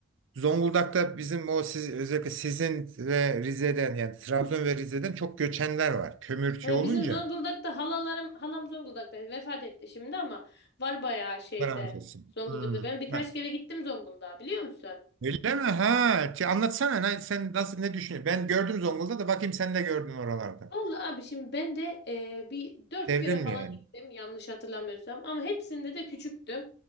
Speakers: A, on the right (about 65°); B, on the left (about 55°).
A: Zonguldak'ta bizim o siz, özellikle sizin ve Rize'den yani Trabzon ve Rize'den çok göçenler var. Kömürcü
B: Ee,
A: olunca
B: bizim Zonguldak'ta halalarım, halam Zonguldak'ta vefat etti şimdi ama var bayağı şeyde
A: paramız olsun.
B: Zonguldak'ta.
A: Hmm.
B: Ben birkaç
A: Ha.
B: kere gittim Zonguldak'a biliyor musun?
A: Öyle mi? Ha. Ki Anlatsana lan sen nasıl ne düşünüyorsun? Ben gördüm Zonguldak'ta bakayım sen de gördün oralarda.
B: Vallahi abi şimdi ben de e, bir dört
A: Sevdin
B: kere falan
A: mi yani?
B: gittim yanlış hatırlamıyorsam ama hepsinde de küçüktüm.